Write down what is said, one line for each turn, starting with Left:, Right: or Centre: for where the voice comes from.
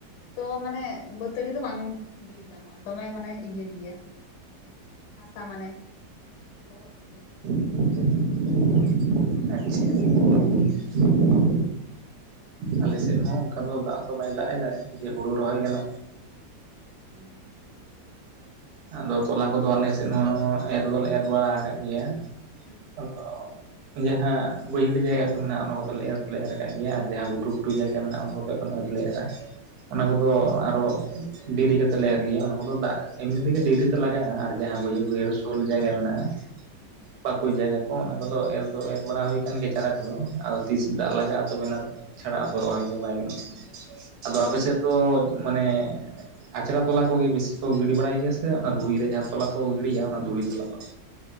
Left: ᱛᱚ ᱢᱟᱱᱮ ᱵᱟᱹᱛᱟᱲᱤ ᱫᱚ ᱵᱟᱝᱼᱼ ᱜᱤᱲᱤ ᱜᱟᱱᱚᱜᱼᱟ ᱫᱚᱢᱮ ᱢᱟᱱᱮ ᱤᱭᱟᱹ ᱜᱮᱭᱟ ᱦᱟᱥᱟ ᱢᱟᱱᱮ ᱞᱚᱦᱚᱫ ᱜᱮᱭᱟ
Right: <unintelligible> ᱟᱪᱪᱷᱟ ᱟᱞᱮ ᱥᱮᱫ ᱦᱚᱸ ᱚᱱᱠᱟ ᱫᱚ ᱫᱟᱜ ᱫᱚ ᱵᱟᱭ ᱫᱟᱜ ᱮᱫᱟ ᱡᱮ ᱦᱳᱲᱳ ᱨᱚᱦᱚᱭ ᱜᱟᱱᱚᱜ
Left: <inaudible>
Right: ᱟᱫᱚ ᱛᱚᱞᱟ ᱠᱚ ᱫᱚ ᱟᱞᱮ ᱥᱮᱫ ᱦᱚᱸ ᱮᱨ ᱫᱚᱞᱮ ᱮᱨ ᱵᱟᱲᱟ ᱟᱠᱟᱫ ᱜᱮᱭᱟ
Left: ᱦᱮᱸ
Right: ᱟᱫᱚ ᱡᱟᱦᱟ ᱵᱟᱹᱭᱦᱟᱹᱲ ᱡᱟᱭᱜᱟ ᱠᱚ ᱢᱮᱱᱟᱜᱼᱟ ᱚᱱᱟ ᱠᱚᱫᱚ ᱞᱮ ᱮᱨ ᱫᱚᱞᱮ ᱮᱨ ᱠᱟᱜ ᱜᱮᱭᱟ ᱟᱨ ᱡᱟᱦᱟ ᱜᱷᱩᱴᱩ ᱜᱷᱩᱴᱩ ᱡᱟᱭᱜᱟ ᱢᱮᱱᱟᱜᱼᱟ ᱚᱱᱟ ᱠᱚ ᱫᱚᱼᱼ <unintelligible> ᱟᱹᱣᱨᱤ ᱞᱮ ᱮᱨᱟ ᱚᱱᱟ ᱠᱚᱫᱚ ᱟᱨᱚ ᱰᱮᱨᱤ ᱠᱟᱛᱮᱫ ᱞᱮ ᱮᱨ ᱜᱮᱭᱟ ᱚᱱᱟ ᱠᱚ ᱫᱚ ᱫᱟᱜᱼᱼ ᱮᱢᱱᱤ ᱛᱮᱜᱮ ᱰᱮᱨᱤ ᱛᱮ ᱞᱟᱜᱟᱜᱼᱟ ᱟᱨ ᱡᱟᱦᱟ
Left: ᱦᱩᱸ
Right: ᱵᱟᱹᱭᱦᱟᱹᱲ ᱵᱟᱹᱭᱦᱟᱹᱲ ᱥᱳᱞ ᱡᱟᱭᱜᱟ ᱢᱮᱱᱟᱜᱼᱟ
Left: <unintelligible>
Right: ᱚᱠᱟ ᱠᱚ ᱡᱟᱭᱜᱟ ᱠᱚ ᱚᱱᱟ ᱠᱚ ᱫᱚ ᱮᱨ ᱫᱚ ᱮᱨ ᱵᱟᱲᱟ ᱦᱩᱭ ᱠᱟᱱ ᱜᱮᱭᱟ ᱪᱟᱨᱟ ᱠᱚ ᱫᱚ ᱟᱫᱚ ᱛᱤᱥ ᱫᱟᱜ ᱞᱟᱜᱟᱜᱼᱟ ᱛᱚᱵᱮ ᱱᱟ ᱪᱷᱟᱲᱟ ᱟᱫᱚ ᱨᱚᱦᱚᱭ ᱫᱚ ᱵᱟᱭ ᱜᱟᱱᱚᱜ ᱠᱟᱱᱟ
Left: ᱦᱩᱸ
Right: ᱟᱫᱚ ᱟᱯᱮ ᱥᱮᱫ ᱫᱚ ᱢᱟᱱᱮ ᱟᱪᱷᱟᱲᱟ ᱛᱚᱞᱟ ᱠᱚ ᱜᱮ ᱵᱤᱥᱤ ᱠᱚ <unintelligible> <unintelligible> ᱵᱟᱲᱟᱭ ᱜᱮᱭᱟ ᱥᱮ ᱚᱱᱟ ᱫᱷᱩᱲᱤ ᱨᱮ ᱡᱟᱦᱟᱸ ᱛᱚᱞᱟ ᱠᱚ ᱜᱤᱲᱤᱭᱟ ᱚᱱᱟ ᱫᱷᱩᱲᱤ ᱛᱚᱞᱟ ᱠᱚ